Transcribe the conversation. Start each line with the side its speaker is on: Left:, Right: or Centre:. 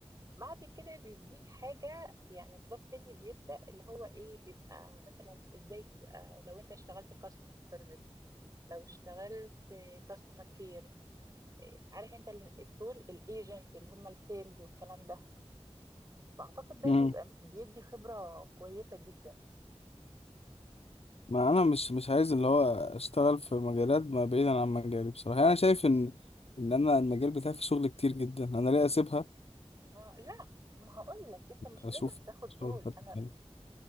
Right: بعد كده بيديك حاجة يعني كلاس تاني بيبدأ اللي هو ايه بيبقى مثلا ازاي تبقى لو انت اشتغلت كاستمر سيرفيس لو اشتغلت كاستمر كير عارف انت ال- دول الايجنت اللي هم السيلز والكلام ده فاعتقد ده
Left: مم.
Right: بيبقى بيدي خبرة كويسة جدا
Left: ما انا مش مش عايز اللي هو اشتغل في مجالات ما بعيدا عن مجالي بصراحه يعني انا شايف ان ان انا المجال بتاعي فيه شغل كتير جدا انا ليه اسيبها
Right: آه لا ما هقول لك انت مش
Left: واشوف
Right: لازم تاخد
Left: شغل
Right: دول
Left: بتاعي
Right: انا
Left: تاني؟